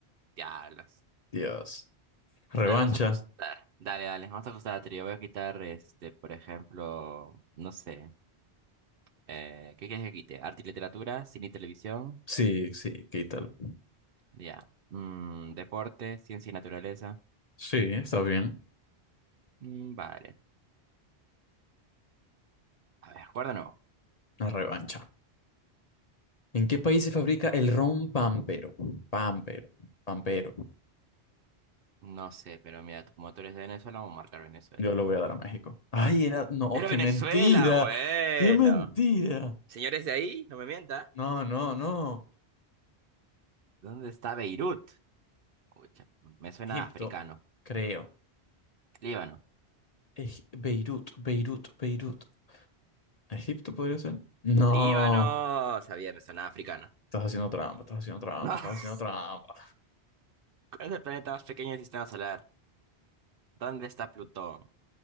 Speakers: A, on the right; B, on the left.
A: Diablos.
B: Dios. Revancha.
A: A ver, vamos a ajustar. Dale, dale, vamos a ajustar la trío. Voy a quitar, este, por ejemplo, no sé. Eh, ¿qué quieres que quite? Arte y literatura, cine y televisión.
B: Sí, sí, quítalo.
A: Ya. Mm, deporte, ciencia y naturaleza.
B: Sí, está bien.
A: Mm, vale. A ver, acuerdo o no.
B: La revancha. ¿En qué país se fabrica el ron pampero? Pampero, pampero.
A: No sé, pero mira, como tú eres de Venezuela, vamos a marcar Venezuela.
B: Yo lo voy a dar a México. Ay, era. No,
A: ¡Pero
B: qué
A: Venezuela!
B: mentira.
A: Bueno.
B: Qué mentira.
A: Señores de ahí, no me mienta.
B: No, no, no.
A: ¿Dónde está Beirut? Escucha, me suena
B: Egipto,
A: africano.
B: creo.
A: Líbano.
B: Egi- Beirut, Beirut, Beirut. ¿Egipto podría ser? No.
A: Líbano. Sabía, me suena africano.
B: Estás haciendo trampa, estás haciendo trampa,
A: No,
B: estás
A: <laughs>
B: haciendo trampa.
A: ¿cuál es el planeta más pequeño del sistema solar? ¿Dónde está Plutón?